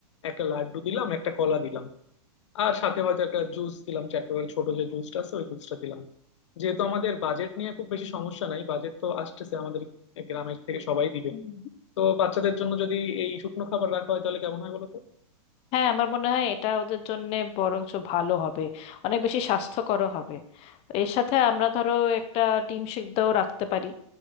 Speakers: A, on the left; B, on the left.
A: একটা লাড্ডু দিলাম একটা কলা দিলাম আর সাথে হয়তো একটা জুস দিলাম চ্যাটোয়াল ছোট যে জুসটা আছে ওই জুসটা দিলাম যেহেতু আমাদের বাজেট নিয়ে খুব বেশি সমস্যা নাই বাজেট তো আসতেছে আমাদের গ্রামের থেকে সবাই দিবে
B: হুম।
A: তো বাচ্চাদের জন্য যদি এই শুকনো খাবার রাখা হয় তাহলে কেমন হয় বলো তো
B: হ্যাঁ আমার মনে হয় এটা ওদের জন্যে বরঞ্চ ভালো হবে অনেক বেশি স্বাস্থ্যকরও হবে এর সাথে আমরা ধরো একটা ডিম সিদ্ধও রাখতে পারি